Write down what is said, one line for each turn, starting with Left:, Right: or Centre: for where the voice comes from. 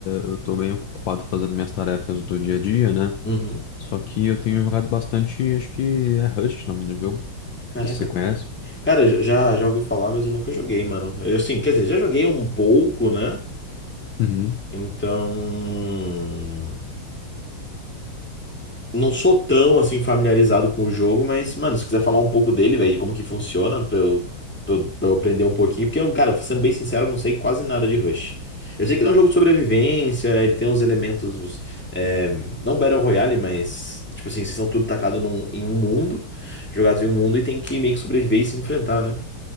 Left: eu tô bem ocupado fazendo minhas tarefas do dia a dia, né?
Centre: Uhum.
Left: Só que eu tenho jogado bastante, acho que é Rust o nome do jogo, não
Centre: Caraca.
Left: sei se você conhece.
Centre: Cara, já, já já ouvi falar, mas eu nunca joguei, mano. Eu, assim, quer dizer, já joguei um pouco, né?
Left: Uhum,
Centre: Então. não sou tão assim familiarizado com o jogo, mas, mano, se quiser falar um pouco dele, velho, de como que funciona, pra eu, pra eu, pra eu aprender um pouquinho, porque, eu, cara, sendo bem sincero, eu não sei quase nada de Rush. Eu sei que ele é um jogo de sobrevivência, ele tem uns elementos, é, não Battle Royale, mas, tipo assim, vocês são tudo tacados num- em um mundo, jogados em um mundo e tem que meio que sobreviver e se enfrentar, né?